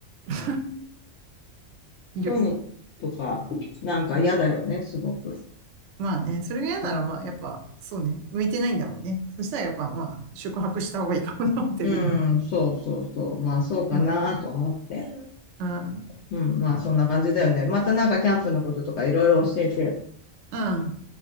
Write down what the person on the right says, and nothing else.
<laughs> いる。
うん。
まあね、それが嫌なら、
まあやっぱ、そうね、向いてないんだろうね。そしたらやっぱ、まあ、宿泊した方がいいかもね、ホテルにね。
うん。うん。
うん